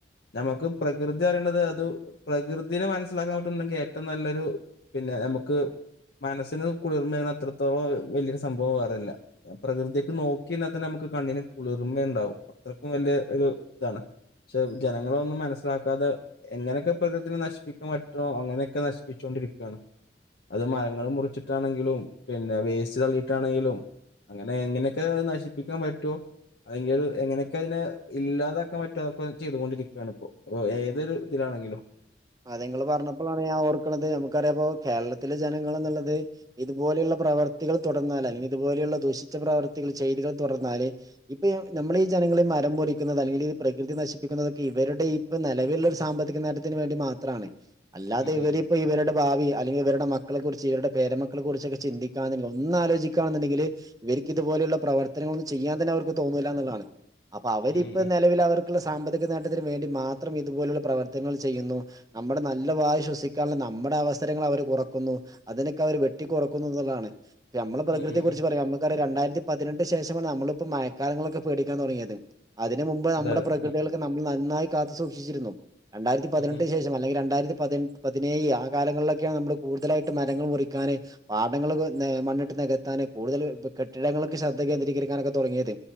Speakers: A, on the left; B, on the right.
A: നമുക്ക് പ്രകൃതി അറിയേണ്ടത് അത് പ്രകൃതിനെ മനസ്സിലാക്കാൻ പറ്റണ്ടെങ്കിൽ ഏറ്റവും നല്ലൊരു പിന്നെ പിന്നെ നമുക്ക് മനസ്സിന് കുളിർന്ന അത്രത്തോളം വലിയൊരു സംഭവം വേറല്ല പ്രകൃതിയൊക്കെ നോക്കി തന്നെ നമുക്ക് കണ്ണിന് കുളിർമയ ഇണ്ടാവും അത്രയ്ക്കും വലിയ ഒരു ഇതാണ് പക്ഷെ ജനങ്ങളൊന്നും മനസ്സിലാക്കാതെ എങ്ങനൊക്കെ പ്രകൃതിെ നശിപ്പിക്കാൻ പറ്റുമോ അങ്ങനെയൊക്കെ നശിപ്പിച്ചും ണ്ടിറിക്കാണ്
B: <inaudible>
A: അത് മരങ്ങള്ൾ മുറിച്ചിട്ടാണെങ്കിലും പിന്നെ വേസ്റ്റ് തള്ളിട്ടാണെങ്കിലും അങ്ങനെ എങ്ങനെയൊക്കെ നശിപ്പിക്കാൻ പറ്റുവോ അല്ലെങ്ക ഒരു എങ്ങനെയൊക്കെ അതിനെ ഇല്ലാതാക്കാൻ പറ്റോ അതൊക്കെ ചെയ്തുകൊണ്ടിരിക്കുകയാണ് ഇപ്പോ ഏതൊരു ഇതിലാണ് ആണെങ്കിലും
B: അ നിങ്ങള്ൾ പറഞ്ഞപ്പോൾാണ് ഞാൻ ഓർക്കണത് നമുക്കറിയാം ഇപ്പോ കേരളത്തി ത്തിലെ ജനങ്ങൾ എന്നുള്ളത് ഇത്പോലുള്ള പ്രവർത്തികൾ തുടർന്നാൽ അല്ലെങ്കിൽ ഇതുപോലെയുള്ള ദൂഷിച്ച പ്രവർത്തികൾ ചെയ്ത് തുറന്നാല് ഇപ്പൊ നമ്മള ഈ ജനങ്ങളെ മരം മുറിക്കുന്നത് അല്ലെങ്കിൽ പ്രകൃതി നശിപ്പിക്കുന്നതൊക്കെ ഇവരുടെ ഈ ഇപ്പ നിലവില ഒരു സാമ്പത്തിക നേട്ടത്തിന് വേണ്ടി മാ ത്രാണ് അല്ലാതെ
A: ഉം ഉം
B: ഇവരിപ്പോ ഇവരുടെ ഭാവി അല്ലെങ്കിൽ ഇവരുടെ മക്ക മക്കളെ കുറിച്ച് ഇരുടെ പേരമക്കളെ കുറിച്ചൊക്കെ ചിന്തിക്ക ഒന്ന ആലോചിക്കാണുെങ്കിൽ ഇവർ ഇതുപോലെയുള്ള പ്രവർത്തനം ചെയ്യാൻ തന്നെ അവർക്ക് തോന്നൂില്ലുള്ളതാണ് അപ്പൊ അവരിപ്പ
A: ഉം ഉം ഉം
B: നിലവിൽ അവർക്കുള്ള സാമ്പത്തിക നേട്ടത്തിന് വേണ്ടി മാത്രം ഇതുപോലുള്ള പ്രവർത്തനങ്ങൾ ചെയ്യുന്നു നമ്മുടെ നല്ല വായു ശ്വസിക്കാാന നമ്മുടെ അവസരങ്ങൾ അവർ കുറക്കുന്നു അതിനൊക്കെ അവർ വെട്ടിിക്ക കുറക്കുന്നതാണ് നമ്മള പ്രൃതിയ
A: ഉം ഉം ഉം
B: കുറിച്ച്
A: ഉം
B: പറയാം നമുക്ക രണ്ടായിരം ആയിരത്തി പതിനെട്ടു ശേഷമാണ് നമ്മളിപ്പോ മഴക്കാലങ്ങളൊക്കെ പേടിക്കാൻ തുടങ്ങിയത് അതിനന് മുമ്പ് നമ്മുടെ
A: അതെ അതെ
B: പ്രകൃതികളൊക്കെ
A: ഉം
B: നമ്മൾ നന്നായി കാത്തു സൂക്ഷിച്ചിരുന്നു രണ്ടായിരത്തി പതിനെട്ട്
A: ഉം ഉം
B: ശേഷം രണ്ടതിനേഴ് ആ കാലങ്ങളിലൊക്കെയ നമ്മള് കൂടുതലായിട്ട് മരങ്ങൾ മുറിക്കാന്ൻ പാടങ്ങൾ <unintelligible> മണ്ണിട്ട് നികത്താാന് കൂടുതൽ കെട്ടിടങ്ങൾക്കെ ശ്രദ്ധ കേന്ദ്രീകരിക്കാനൊക്കെ തുടങ്ങിയത്